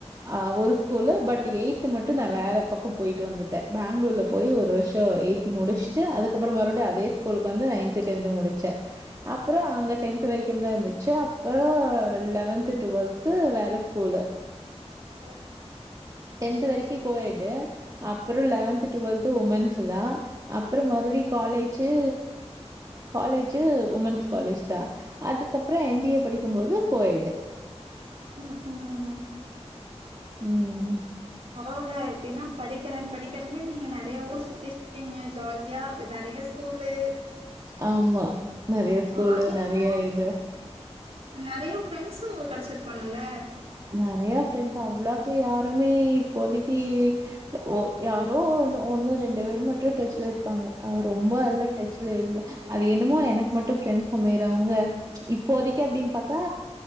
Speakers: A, on the right; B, on the right.
A: அவுரு ஸ்கூலு பட் எய்து மட்டு நா வேற பக்கம் போயிட்டு வந்துட்ட பேங்களூர்ல் போய் ஒரு வருஷ எயி்த் முடிச்சுட்டு அதுக்கப்பற மறுபடியு அதே ஸ்கூலுக்கு வந்து நைன்த் டென்த் முடிச்ச அப்பற அங்க டென்த் வரைக்கு தா இருந்துச்சா அப்பற லெவன்து டுவெல்து வேற ஸ்கூலு
B: ம்
A: டென்த் வரைக்கும் கோயடு அப்பற லெவன்த் டுவெல்து உமன்ஸ் தா அப்பற மறுபடியு காலேஜு காலேஜு உமன்ஸ் காலேஜ் தா அதுக்கப்பற எம்பிஏ படிக்கும் போது கோயடு
B: ம் ம்
A: ம்
B: பரவாயில்ல எப்டின்னா படிக்கிற படிக்கறன்னு நீங்க நெறைய ஊர் சுத்தி இருக்கி ங்க ஜாலியா நெறைய ஸ்கூல்லு
A: ஆமா நெறைய ஸ்கூல்லு
B: அதுவு இல்லாம
A: நெறைய இது
B: நெறைய ஃப்ரெண்ட்ஸ்ம் உங்களுக்கு கிடைச்சிருப்பாங்கல்ல
A: நெறையா ஃப்ரெண்ட் ஆ அவ்வளவுக்கு யாருமே இப்போதைக்கு ஓ யாரோ ஒன்னு ஒன்னு ரெண்டு பேரு மட்டும் டச்ல இருப்பாங்க அவர் ரொம்ப எல்லா டச்ல இல்ல அது என்னமோ எனக்கு மட்டு ஃப்ரெண்ட்ஸ் அமையறவங்க இப்போதைக்கு அப்டின்னு பாத்தா